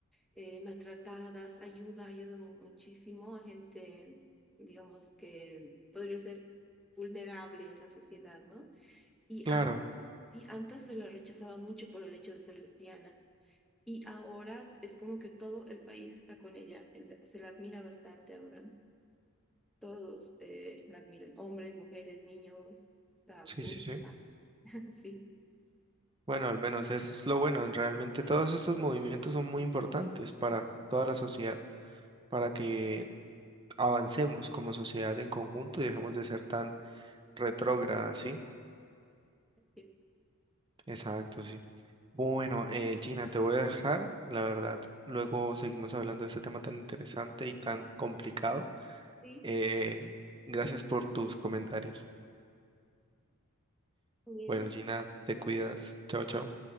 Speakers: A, in the centre; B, on the right (about 20°).
A: eh, maltratadas, ayuda, ayuda mu- muchísimo a gente, digamos, que podría ser vulnerable en la sociedad, ¿no? Y
B: claro,
A: antes Sí, antes se la rechazaba mucho por el hecho de ser lesbiana y ahora es como que todo el país está con ella, el- se la admira bastante ahora. Todos eh, la admiran, hombres, mujeres, niños, está
B: sí,
A: full,
B: sí, sí.
A: <laughs> sí.
B: Bueno, al menos eso es lo bueno. Realmente todos estos movimientos son muy importantes para toda la sociedad, para que avancemos como sociedad en conjunto y dejemos de ser tan retrógradas, ¿sí?
A: Sí,
B: Exacto, sí. Bueno, eh, Gina, te voy a dejar, la verdad. Luego seguimos hablando de este tema tan interesante y tan complicado.
A: sí,
B: Eh, gracias por tus comentarios.
A: muy bien.
B: Bueno, Gina, te cuidas. Chao, chao.